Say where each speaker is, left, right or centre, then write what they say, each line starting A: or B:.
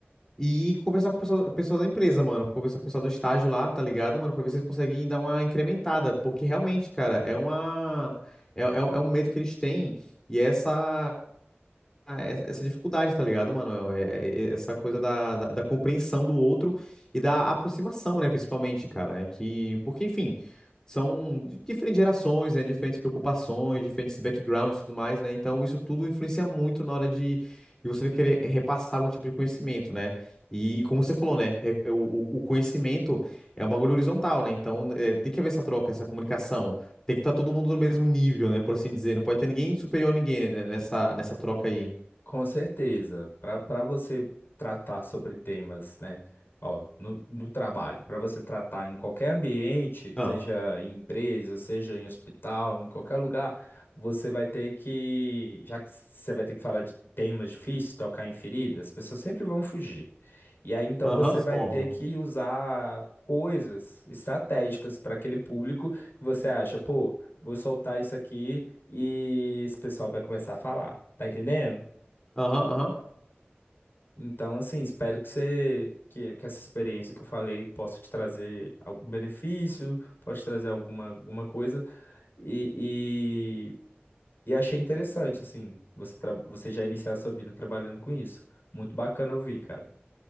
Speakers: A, on the left; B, on the left.
A: E conversar com o pessoal, pessoal da empresa, mano. Conversar com o pessoal do estágio lá, tá ligado, mano? Pra ver se eles conseguem dar uma incrementada. Porque realmente, cara, é uma. É, é, um- é um medo que eles têm. E essa. Ah, essa essa dificuldade, tá ligado, mano? É- é- é Essa coisa da, da, da compreensão do outro e da aproximação, né, principalmente, cara. É que, porque, enfim, são di- diferentes gerações, né, diferentes preocupações, diferentes backgrounds e tudo mais, né? Então, isso tudo influencia muito na hora de, de você querer repassar algum tipo de conhecimento, né? E, como você falou, né, re- é, o, o o conhecimento é um bagulho horizontal, né? Então, é, tem que haver essa troca, essa comunicação. Tem que estar todo mundo no mesmo nível, né? Por assim dizer. Não pode ter ninguém superior a ninguém né, nessa, nessa troca aí.
B: Com certeza, para para você tratar sobre temas, né? Ó, no, no trabalho, para você tratar em qualquer ambiente, seja
A: Ah,
B: em empresa, seja em hospital, em qualquer lugar, você vai ter que, já que você vai ter que falar de temas difíceis, tocar em feridas, as pessoas sempre vão fugir. E aí então
A: aham,
B: você vai
A: óbvio.
B: ter que usar coisas estratégicas para aquele público que você acha, pô, vou soltar isso aqui e esse pessoal vai começar a falar, tá entendendo?
A: Aham, aham.
B: Então, assim, espero que você que, que essa experiência que eu falei possa te trazer algum benefício, possa te trazer alguma, alguma coisa. E, e, e achei interessante, assim, você, tra- você já iniciar a sua vida trabalhando com isso. Muito bacana ouvir, cara.